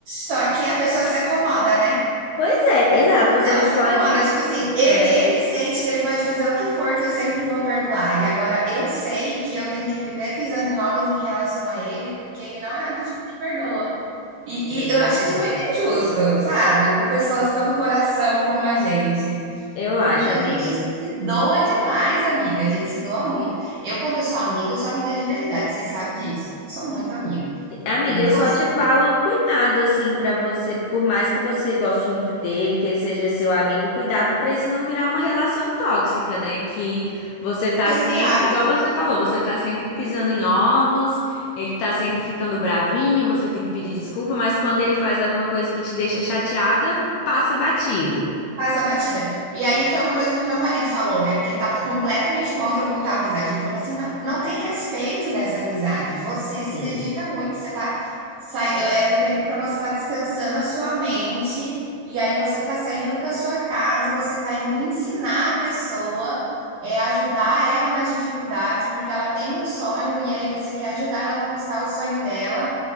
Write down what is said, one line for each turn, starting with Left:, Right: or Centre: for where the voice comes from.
Right: Só que a pessoa se acomoda, né?
Left: Pois é, exato, você
Right: Ela
Left: não
Right: se
Left: pode.
Right: acomoda, tipo assim, ele,
Left: É,
Right: ele sente que ele pode fazer o que for, que eu sempre vou perdoar. E agora eu sei que eu tenho que viver pisando em ovos em relação a ele, porque ele não é do tipo que perdoa. E,
Left: Justamente.
Right: e eu acho isso muito injusto, sabe? Com pessoas tão coração como a gente.
Left: Eu
Right: Porque
Left: acho,
Right: a
Left: amiga.
Right: gente se doa demais, amiga. A gente se doa muito. Eu, quando eu sou amiga, eu sou amiga de verdade. Você sabe disso. Eu sou muito amiga.
Left: Amiga,
Right: Eu
Left: eu
Right: faço.
Left: só te falo cuidado assim pra você, por mais que você goste muito dele, que ele seja seu amigo, cuidado pra isso não virar uma relação tóxica, né? Que você tá
Right: Exato.
Left: sempre, igual você falou, você tá sempre pisando em ovos, ele tá sempre ficando bravinho, você tem que pedir desculpa, mas quando ele faz alguma coisa que te deixa chateada, passa batido.
Right: Passa batida. E aí foi uma coisa que o meu marido falou, né? Porque ele tava completamente contra eu voltar à amizade. Ele falou assim: não, não tem respeito nessa amizade. Você se
Left: Sim.
Right: dedica muito, você tá. Sai, é um tempo para você estar tá descansando a sua mente, e aí você tá saindo da sua casa, você tá indo ensinar a pessoa, é, ajudar ela nas dificuldades, porque ela tem um sonho, e aí você quer ajudar ela a conquistar o sonho dela.